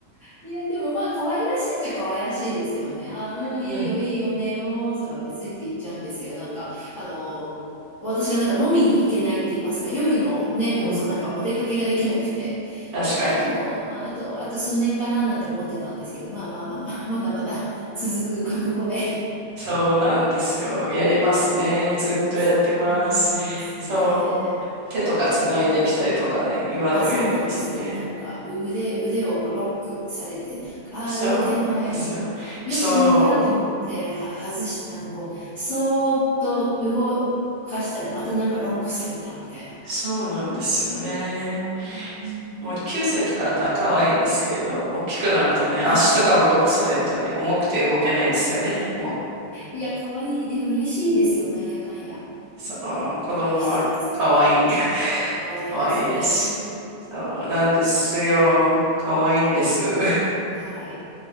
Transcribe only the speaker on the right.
うん。
うん。
確かに。
そうなんですよ。やりますね。
ずっとやってます。
そう。手とかつないできたりとかね。
今でもやりますね。
そうなんですよ。
そう。
そうなんですよね。
もう9歳とかだったら可愛いですけど、大きくなるとね、
足とかもロックされるとね、重くて動けないんですよね。もう
そう、子供は可愛い。
<laughs>
可愛いです。そうなんですよ。可愛いんです。<laughs>